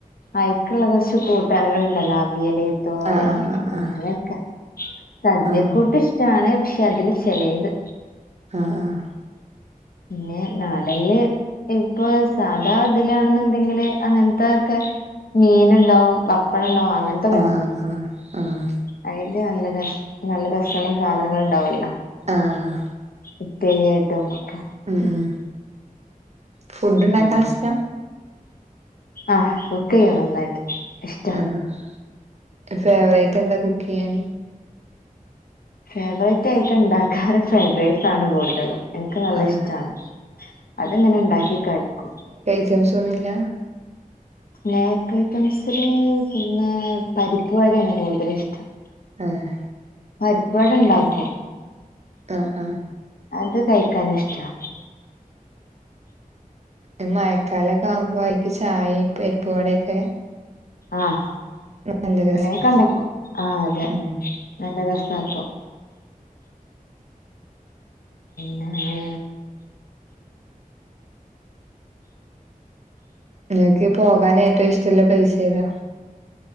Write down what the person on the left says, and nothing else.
അയ്ക്ക്ള്ള കൊറച്ച് കൂട്ടാന്കള് ഇണ്ടല്ലോ? അവിയല് തോരൻ,
അങ്ങനൊക്കെ സദ്യക്കൂട്ട്
ഇഷ് ട്ടാണ് പക്ഷെ അതില് ചെലേത്
പിന്നെ നാടൻല് ഇപ്പൊ സാധാ ഇതിലാണെന്ന്ണ്ടെങ്കില് അങ്ങനത്തെ ഒക്കെ മീന്ണ്ടാവും പപ്പടണ്ടാവും അങ്ങനെ
അയില് നല്ല രസ നല്ല രസള്ള സാധനങ്ങള് ഇണ്ടാവൊല്ലോ?
ഉപ്പേരിയായിട്ടും ഒക്കെ
എങ്ങനെ
ആഹ് കുക്കെയ്യും നന്നായിട്ട് ഇഷ്ട്ട
ഫേവററ്റ് ആയിട്ട് ഇണ്ടാക്കാറ് ഫ്രൈഡ് റൈസ് ആണ് കൂടുതലും ഇൻക്ക് നല്ല
ഇഷ്ട്ടാണ് അത്ങ്ങനെ ഇണ്ടാക്കി കഴിക്കും
സ്നാക്ക് ഐറ്റംസില് പിന്നെ പരിപ്പ് വടേണ് കൂടുതലിഷ്ടം
പരിപ്പ് വട ഇണ്ടാക്കും
അത് കഴിക്കാനിഷ്ട്ട
ആഹ്
അങ്ങനെക്കെ ഇണ്ടാക്കും ആഹ് അതെ
നല്ല രസാ അപ്പൊ ആഹ്